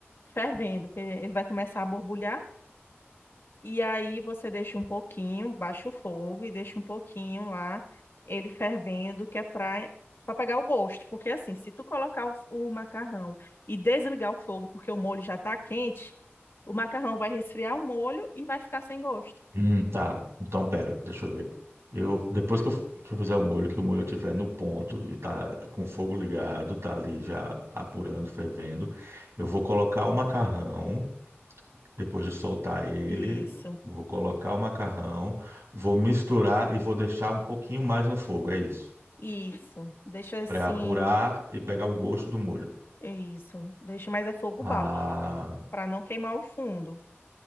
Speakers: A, on the left; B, on the right.
A: fervendo, porque ele vai começar a borbulhar. E aí você deixa um pouquinho, baixa o fogo e deixa um pouquinho lá, ele fervendo, que é para para pegar o gosto, porque assim, se tu colocar o, o macarrão e desligar o fogo, porque o molho já tá quente, o macarrão vai resfriar o molho e vai ficar sem gosto.
B: Hum, tá. Então, pera, deixa eu ver. Eu, depois que eu, f- que eu fizer o molho, que o molho estiver no ponto e tá com o fogo ligado, tá ali já apurando, fervendo, eu vou colocar o macarrão, depois de soltar ele,
A: Isso,
B: vou colocar o macarrão, vou misturar e vou deixar um pouquinho mais no fogo, é isso.
A: isso. Deixa assim,
B: para apurar e pegar o gosto do molho.
A: é isso. Deixa, mas é fogo
B: Ah,
A: baixo, para não queimar o fundo.